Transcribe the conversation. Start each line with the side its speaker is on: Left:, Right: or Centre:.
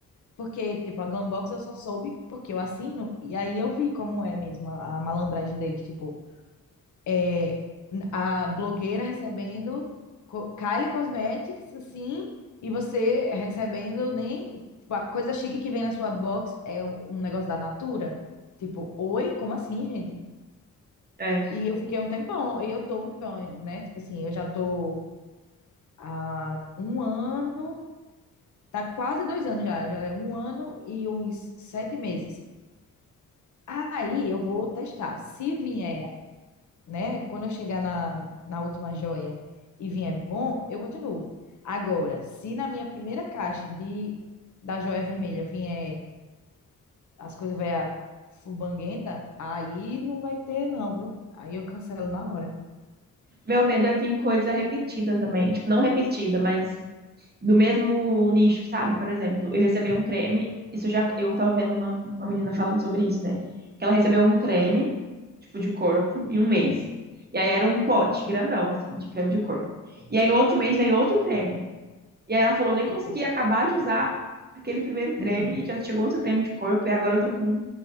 Left: Porque, tipo, a Glambox eu só soube porque eu assino, e aí eu vi como é mesmo a, a malandragem deles. Tipo, é, a blogueira recebendo co- Kylie Cosmetics, assim, e você recebendo nem. Tipo, a coisa chique que vem na sua box é um, um negócio da Natura. Tipo, oi, como assim, gente?
Right: É.
Left: E eu fiquei um tempão, e eu tô um tempão, né? Tipo assim, eu já tô há um ano, tá quase dois anos já, já é um ano e uns sete meses Aí eu vou testar. Se vier, né? Quando eu chegar na, na última joia e vier bom, eu continuo. Agora, se na minha primeira caixa de, da joia vermelha vier as coisas vai fubanguenta, aí não vai ter, não, viu? Aí eu cancelo na hora.
Right: Meu medo é vir coisa repetida também. Tipo, não repetida, mas do mesmo nicho, sabe? Por exemplo, eu recebi um creme. Isso já. Eu tava vendo uma, uma menina falando sobre isso, né? Que ela recebeu um creme, tipo, de corpo, em um mês. E aí era um pote grandão, assim, de creme de corpo. E aí no outro mês veio outro creme. E aí ela falou: nem consegui
Left: Tipo,
Right: acabar de usar aquele primeiro creme
Left: uhum,
Right: e já chegou outro creme de corpo. E agora eu tô com